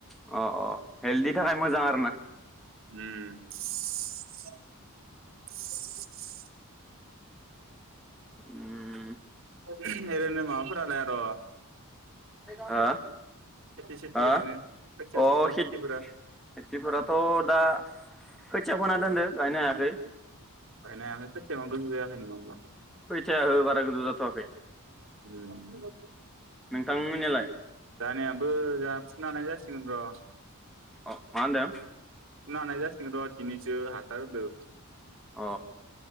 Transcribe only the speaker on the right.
उम। <unintelligible>
<unintelligible> एरैनो माबाफोरानो आर
खेथि सेथि
ओरैनो खोथिया
सेथिया
खेथिफोरा
नो हायाखै खोतिया मा गोजौ जायाखै नामा होमबा
उम
जोहानियाबो जोहा फुनो हानाय जासिगोन र
फुनो हानाय जासिगोन र दिनैसो हासार होदों